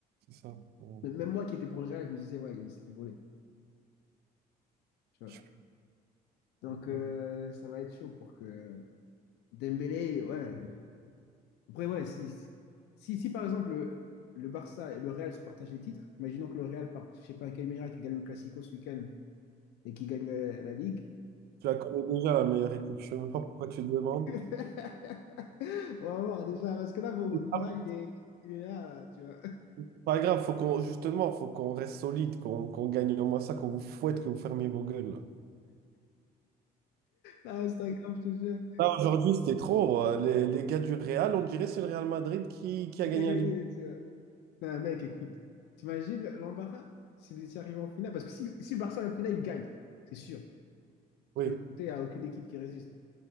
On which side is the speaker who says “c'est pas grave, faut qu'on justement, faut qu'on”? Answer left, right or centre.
Right